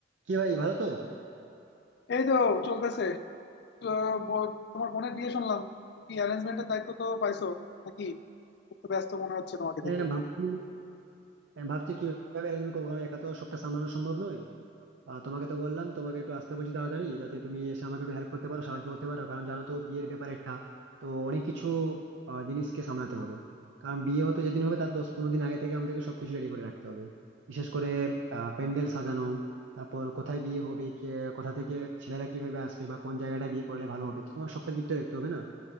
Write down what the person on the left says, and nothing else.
এই তো চলতেছে তো ব- তোমার বোনের বিয়ে শুনলাম তো কি অ্যারেঞ্জমেন্টের দায়িত্ব তো পাইছো নাকি খুব তো ব্যস্ত মনে হচ্ছে তোমাকে দেখে